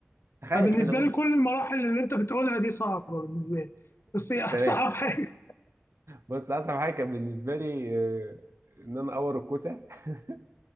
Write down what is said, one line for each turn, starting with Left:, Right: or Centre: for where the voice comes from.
Right: تخيل
Left: أنا بالنسبة
Right: كده قول
Left: لي كل المراحل اللي أنت بتقولها دي صعبة بالنسبة لي، بس هي <laughs> أصعب
Right: تمام
Left: حاجة
Right: بص اصعب حاجه كان بالنسبه لي آه، ان انا اور الكوسه <laughs>